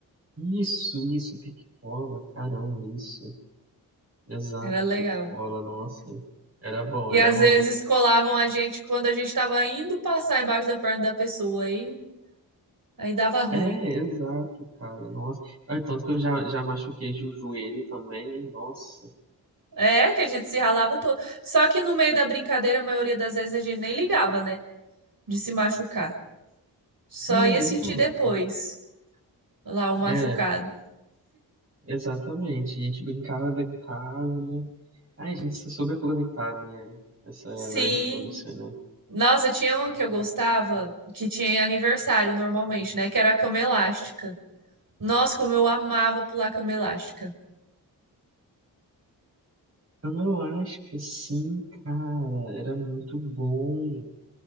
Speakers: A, on the right (about 30°); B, on the right (about 50°).
A: Isso, isso, pique-cola, caramba, isso. Exato,
B: Era legal.
A: pique-cola, nossa. Era bom,
B: E
A: era
B: às
A: bom.
B: vezes colavam a gente quando a gente estava indo passar embaixo da perna da pessoa, aí, aí dava ruim.
A: É, exato, cara. Nossa. Olha, tanto que eu já, já machuquei o joelho também. Nossa.
B: É, que a gente se ralava todo. Só que no meio da brincadeira, a maioria das vezes a gente nem ligava, né? De se machucar. Só
A: É,
B: ia sentir
A: exato.
B: depois lá o machucado.
A: É, exatamente. A gente brincava, brincava. Ai, a gente se soube aproveitar, né? Essa
B: Sim.
A: infância, né?
B: Nossa, tinha uma que eu gostava, que tinha em aniversário normalmente, né? Que era a cama elástica. Nossa, como eu amava pular cama elástica.
A: Então, eu acho que sim, cara. Era muito bom.